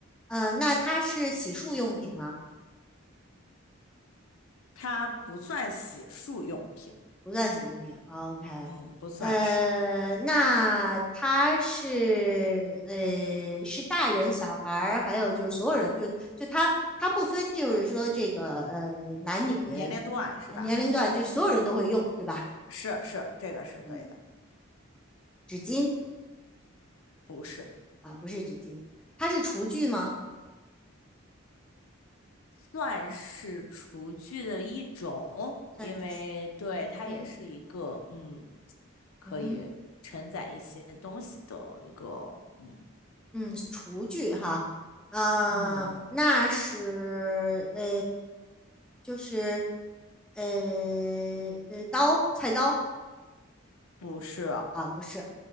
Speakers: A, in the centre; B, on the left (about 85°).
A: 呃，那它是洗漱用品吗？
B: 它不算洗漱用品，
A: 不算洗漱品。哦 OK，
B: 嗯，不算是。
A: 呃，那它是呃是大人、小孩儿，还有就是所有人，就就它它不分，就是说这个呃男女
B: 年龄段是吧？
A: 呃年龄段，就所有人都会用，对吧？
B: 是是，这个是对的，
A: 嗯，纸巾。
B: 不是。
A: 啊，不是纸巾，它是厨具吗？
B: 算是厨具的一种，
A: 算是厨，
B: 因为对它也是一个嗯，
A: 嗯哼，
B: 可以承载一些东西的一个嗯
A: 嗯哼，嗯，厨具哈，嗯、
B: 嗯，
A: 那是呃，就是呃呃，刀，菜刀
B: 不是，
A: 啊，不是，